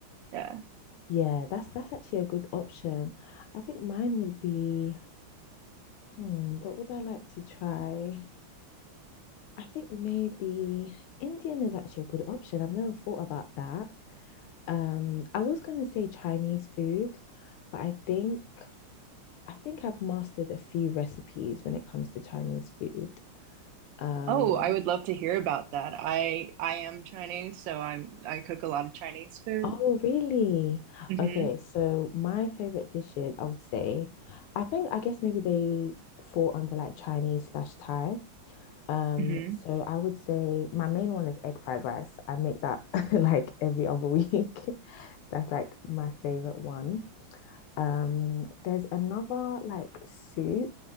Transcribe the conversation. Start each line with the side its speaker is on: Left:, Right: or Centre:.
Right: yeah.
Left: yeah, that's that's actually a good option. I think mine would be, hmm, what would I like to try? I think maybe Indian is actually a good option. I've never thought about that. Um, I was gonna say Chinese food, but I think I think I've mastered a few recipes when it comes to Chinese food. Um,
Right: Oh, I would love to hear about that. I I am Chinese, so I'm I cook a lot of Chinese food.
Left: oh really?
Right: hmm
Left: Okay, so my favorite dishes, I would say, I think I guess maybe they fall under like Chinese slash Thai. Um,
Right: hmm
Left: so I would say my main one is egg fried rice. I make that <laughs> like every other week. <laughs> That's like my favorite one. Um, there's another like soup.